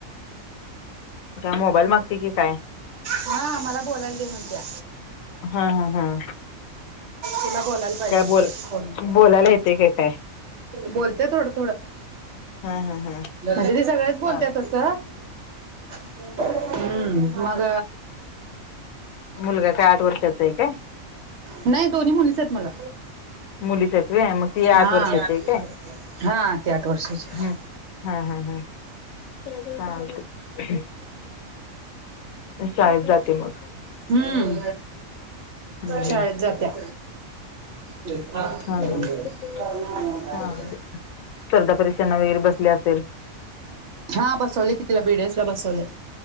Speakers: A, on the left; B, on the right.
A: म काय मोबाईल मागती की काय.
B: हा मला बोलायला दे म्हणत्या.
A: हा हा हा‌.
B: तिला बोलायला पाहिजे असतंय
A: बोल
B: फोन‌.
A: बोलायला येते काय काय
B: बोलत्या थोडं थोडं.
A: हा, हा, हा.
B: म्हणजे ती सगळंच बोलत्या
A: हम्म
B: तसं. हम्म! मग,
A: मुलगा काय आठ वर्षाचा आहे काय.
B: नाही दोन्ही मुलीचं आहेत मला.
A: मुलीच आहेत व्हय मग ती आठ
B: हा
A: वर्षाची आहे काय
B: हा ती आठ वर्षाची आहे.
A: हम्म हा हा हा <unintelligible> जाते मग
B: हम्म!
A: हम्म
B: शाळेत जात्या. हे खा
A: हा
B: गरम
A: हा
B: गरम
A: चालतंय
B: खाऊन <unintelligible>
A: स्पर्धा परीक्षांना वगैरे बसली असेल.
B: हा बसवलंय की तिला बीडीएस ला बसवलंय.